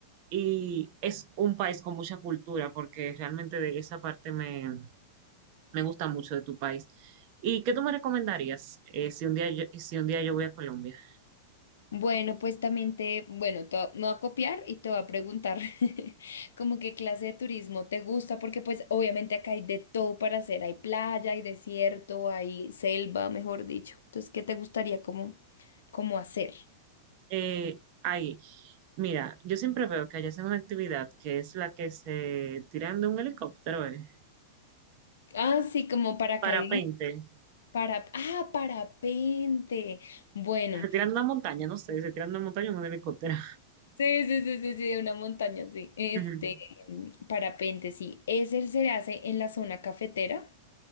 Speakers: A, on the right; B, on the left.
A: y es un país con mucha cultura, porque realmente de esa parte me, me gusta mucho de tu país. ¿Y qué tú me recomendarías eh, si un día yo, si un día yo voy a Colombia?
B: Bueno, pues también te, bueno, te va- me voy a copiar y te voy a preguntar <laughs> como qué clase de turismo te gusta, porque pues obviamente acá hay de todo para hacer, hay playa, hay desierto, hay selva, mejor dicho. Entonces, ¿qué te gustaría como, como hacer?
A: Eh, ahí, mira, yo siempre veo que allá hacen una actividad que es la que se tiran de un helicóptero, eh,
B: Ah, sí, como paracaidismo,
A: El parapente.
B: para, ah, parapente. Bueno,
A: Se tiran de una montaña, no sé, se tiran de una montaña en un helicóptero.
B: sí, sí, sí, sí, sí, de una montaña, sí.
A: <laughs>
B: Este,
A: Ujú.
B: mm, parapente, sí. Ese se hace en la zona cafetera.